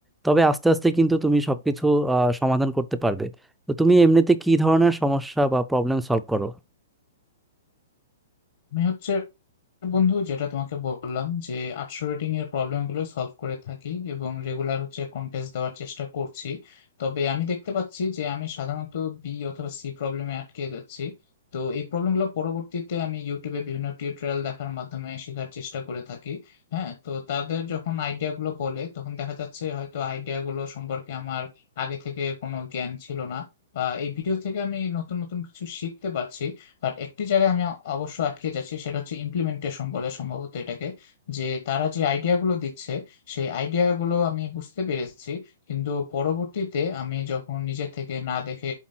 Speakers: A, in the centre; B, on the left.
A: তবে আস্তে আস্তে কিন্তু তুমি সবকিছু আহ, সমাধান করতে পারবে তো তুমি এমনিতে কি ধরনের সমস্যা বা প্রবলেম সলভ করো
B: আমি হচ্ছে বন্ধু যেটা তোমাকে বললাম যে আটশো রেটিং এর প্রবলেম গুলো সলভ করে থাকি এবং রেগুলার হচ্ছে কন্টেস্ট দেওয়ার চেষ্টা করছি তবে আমি দেখতে পাচ্ছি যে আমি সাধারণত বি অথবা সি প্রবলেমে আটকে যাচ্ছি তো এই প্রবলেম গুলো পরবর্তীতে আমি ইউটিউবে বিভিন্ন টিউটোরিয়াল দেখার মাধ্যমে শেখার চেষ্টা করে থাকি হ্যাঁ তো তাদের যখন আইডিয়া গুলো বলে তখন দেখা যাচ্ছে হয়তো আইডিয়া গুলো সম্পর্কে আমার আগে থেকে কোনো জ্ঞান ছিল না বা এই ভিডিও থেকে আমি নতুন নতুন কিছু শিখতে পারছি বাট একটি জায়গায় আমি অবশ্য আটকে যাচ্ছি সেটা হচ্ছে ইমপ্লিমেন্টেশন বলে সম্ভবত এটাকে যে তারা যে আইডিয়া গুলো দিচ্ছে সেই আইডিয়া গুলো আমি বুঝতে পেরেছি কিন্তু পরবর্তীতে আমি যখন নিজে থেকে না দেখে